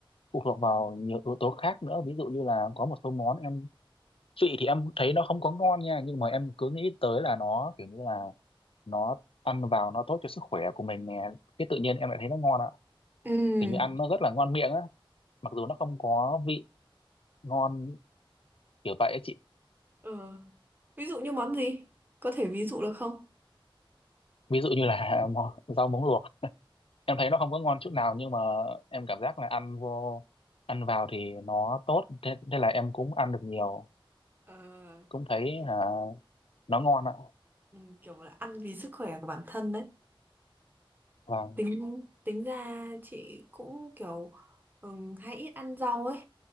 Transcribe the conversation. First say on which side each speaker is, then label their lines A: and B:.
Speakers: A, on the left; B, on the right.
A: phụ thuộc vào nhiều yếu tố khác nữa ví dụ như là có một số món em chị thì em thấy nó không có ngon nha nhưng mà em cứ nghĩ tới là nó kiểu như là nó ăn vào nó tốt cho sức khỏe của mình nè cái tự nhiên em lại thấy nó ngon ạ
B: ừ
A: kiểu như ăn nó rất là ngon miệng á mặc dù nó không có vị ngon kiểu vậy á chị
B: ờ ví dụ như món gì có thể ví dụ được không
A: ví dụ như là <laughs> rau muống luộc em thấy nó không có ngon chút nào nhưng mà em cảm giác là ăn vô ăn vào thì nó tốt thế, thế là em cũng ăn được nhiều
B: Ờ,
A: cũng thấy
B: kiểu
A: hả, nó ngon ạ
B: ừ, kiểu là ăn vì sức khỏe của bản thân đấy
A: và
B: tính tính ra chị cũng kiểu ừm, hay ít ăn rau ấy